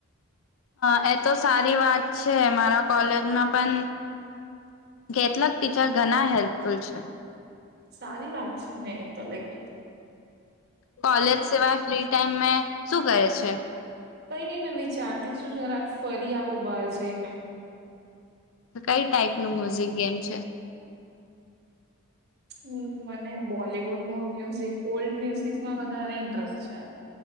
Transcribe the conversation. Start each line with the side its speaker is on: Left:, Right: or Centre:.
Left: હ એ તો સારી વાત છે મારા કોલેજમાં પણ કેટલાક ટીચર ઘના હે એ પણ છે.
Right: સારી વાત છે ને એ તલિક
Left: કોલેજ સેવા ફ્રી ટાઈમ શું કરે છે?
Right: એ ન મેં વિચારતી છું જરા ફરી આવું બહાર જઈને.
Left: કઈ ટાઈપ નું મ્યુઝિક ગેમ છે.
Right: હ મને બોલિવુડ મો મ્યુઝિક ઓલ્ડ મ્યુઝિકમાં વધારે ઇન્ટરેસ્ટ છે.